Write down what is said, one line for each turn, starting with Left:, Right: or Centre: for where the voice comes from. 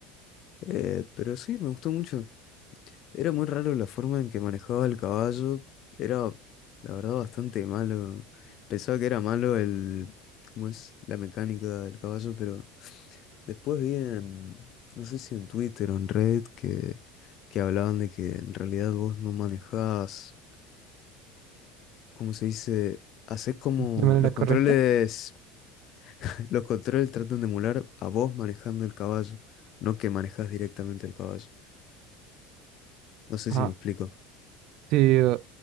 Left: Eh, pero sí, me gustó mucho. Era muy raro la forma en que manejaba el caballo. Era, la verdad, bastante malo. Pensaba que era malo el, ¿cómo es? La mecánica del caballo, pero después vi en, no sé si en Twitter o en Reddit que, que hablaban de que en realidad vos no manejabas ¿cómo se dice? Haces como
Right: ¿De manera
Left: los controles,
Right: correcta?
Left: <laughs> los controles tratan de emular a vos manejando el caballo, no que manejas directamente el caballo. No sé
Right: Ah,
Left: si me explico.
Right: sí. eh,